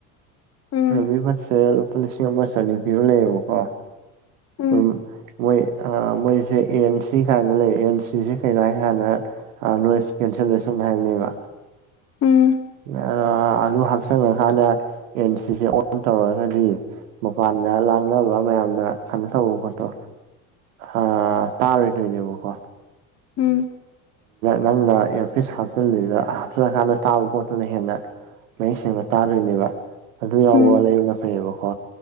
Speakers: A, on the left (about 40°); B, on the right (about 85°).
A: ꯎꯝ
B: ꯔꯤꯌꯦꯜꯃꯤ ꯕꯠꯁꯦ ꯂꯨꯄꯥ ꯂꯤꯁꯤꯡ ꯑꯃ ꯆꯅꯤ ꯄꯤꯕ ꯂꯩꯌꯦꯕꯀꯣ
A: ꯎꯝ
B: ꯑꯗꯨꯝ ꯃꯣꯏ ꯃꯣꯏꯁꯦ ꯑꯦ ꯑꯦꯟ ꯁꯤ ꯀꯥꯏꯅ ꯂꯩ ꯑꯦꯟ ꯁꯤꯁꯦ ꯀꯩꯅꯣ ꯍꯥꯏꯀꯥꯟꯗ ꯅꯣꯏꯁ ꯀꯦꯟꯁꯦꯂꯦꯁꯟ ꯍꯥꯏꯕꯅꯦꯕ
A: ꯎꯝ
B: ꯑꯥ ꯑꯗꯨ ꯍꯥꯞꯆꯟꯈ꯭ꯔꯀꯥꯟꯗ ꯑꯦꯟ ꯁꯤꯁꯦ ꯑꯣꯟ ꯇꯧꯔꯒꯗꯤ ꯃꯄꯥꯟꯗ ꯂꯥꯡꯅꯕ ꯃꯌꯥꯝꯅ ꯀꯩꯅꯣ ꯇꯧꯕ ꯄꯣꯠꯇꯣ ꯑꯥ ꯇꯥꯔꯣꯏ ꯅꯣꯏꯅꯦꯕꯀꯣ
A: ꯎꯝ
B: ꯅꯪꯅ ꯏꯌꯥꯔꯄꯤꯤꯁ ꯍꯥꯞꯆꯤꯜꯂꯤꯗ ꯍꯥꯞꯆꯜꯂꯀꯥꯟꯗ ꯇꯥꯕ ꯄꯣꯠꯇꯨꯅ ꯍꯦꯟꯅ ꯃꯌꯦꯛ ꯁꯦꯡꯅ ꯇꯥꯗꯣꯏꯅꯦꯕ ꯑꯗꯨ ꯌꯥꯎꯕ
A: ꯎꯝ
B: ꯂꯩꯕꯅ ꯐꯩꯌꯦꯕꯀꯣ